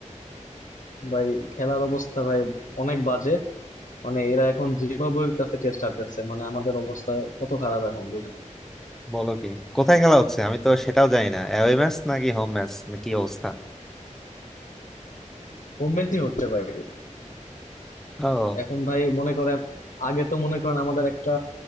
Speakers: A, on the left; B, in the centre.
A: ভাই খেলার অবস্থা ভাই অনেক বাজে মানে এরা এখন জিম্বাবুয়ের কাছে টেস্ট হারতেছে মানে আমাদের অবস্থা কত খারাপ এখন বুঝেন
B: বলো কি কোথায় খেলা হচ্ছে আমি তো সেটাও জানি না অ্যাওয়ে ম্যাচ নাকি হোম ম্যাচ না কি অবস্থা
A: হোম ম্যাচই হচ্ছে ভাই
B: ও
A: এখন ভাই মনে করেন আগে তো মনে করেন আমাদের একটা